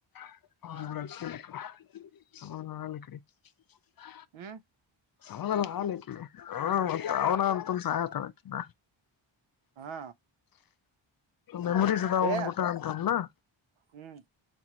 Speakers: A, on the left; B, on the right.
A: <unintelligible>
B: ಹ್ಮ
A: ಸಮಧಾನ ಆಾಲ ಹ ಅವಣ ಅಂತ ಸಹಾಯ ತಾಗೋಟಿದಿಲ್ಲ
B: ಹಾ
A: ಮೆಮೋರಿ ಸದ ಹ
B: ಏ
A: ಗಟೆ ಅಂತನ್ ನ
B: ಹ್ಮ್